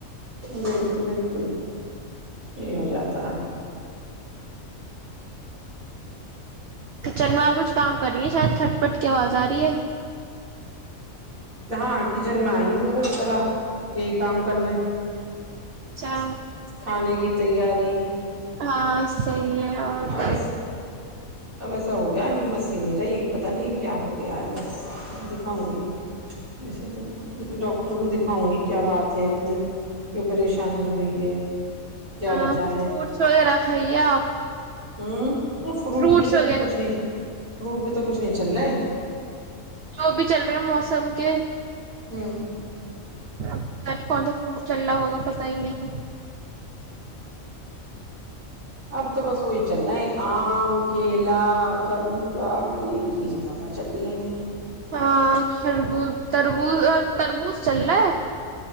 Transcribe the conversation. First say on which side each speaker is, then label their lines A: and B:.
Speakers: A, on the right (about 85°); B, on the right (about 60°).
A: بالکل بالکل یہی ہو جاتا ہے
B: تو چلو آپ کچھ کام کر رہی ہیں شاید تھھٹ پٹ کی آواز آ رہی ہے
A: ہاں کچن میں آئی ہو تو بس ذرا یہی کام کرنے
B: اچھا
A: کھانے کی تیاری
B: ہاں صحیح ہے
A: اور بس
B: <inaudible>
A: اب ایسا ہو گیا ہمت س نہیں رہی پتا نہیں کیا ہو گیا ہے بس دکھاؤں گی ویسے تو ڈاکٹر کو دکھاؤں گی کیا بات ہے اتنی کیوں پریشانی ہو رہی ہے کیا
B: ہاں
A: وجہ
B: فروٹس وغیرہ کھائیے آپ
A: ہمممم فروٹ
B: فروٹس
A: بھی تو
B: وغیرہ
A: کچھ نہیں فروٹ بھی تو کچھ نہیں چل رہا ہے
B: جو بھی چل رہے موسم کے
A: ہوں
B: پت نہیں کون سا فروٹ چل رہا ہوگا پتا ہی نہیں
A: اب تو بس وہی چل رہا ہے آم کیلا خربوزہ یہ چیزیں زیادہ چل رہی ہیں
B: ہاںربوز تربوز اور تربوز چل رہا ہے